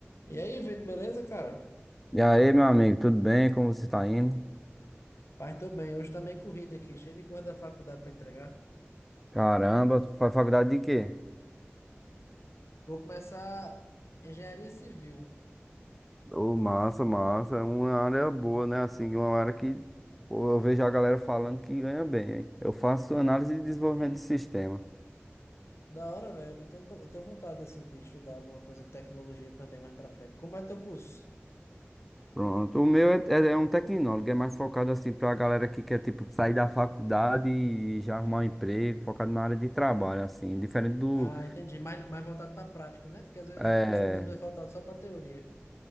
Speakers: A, on the left (about 90°); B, in the centre.
A: E aí, Vitor, beleza, cara?
B: E aí, meu amigo, tudo bem? Como você está indo?
A: Pai, tô bem. Hoje tá meio corrido aqui, cheio de coisa da faculdade pra entregar.
B: Caramba, tu faz faculdade de quê?
A: Vou começar engenharia civil.
B: Ô, massa, massa. É uma área boa, né? Assim, uma área que. Pô, eu vejo a galera falando que ganha bem, hein? Eu faço análise de desenvolvimento de sistema.
A: Da hora, velho. Eu tenho, eu tenho vontade, assim, de estudar alguma coisa de tecnologia também mais pra frente. Como é teu curso?
B: Pronto. O meu é, é- é um tecnólogo, é mais focado assim pra galera que quer, tipo, sair da faculdade e já arrumar um emprego, focado na área de trabalho, assim. Diferente do,
A: Ah, entendi. Mais, mais voltado pra prática, né? Porque às vezes
B: é,
A: o curso mesmo é voltado só pra teoria.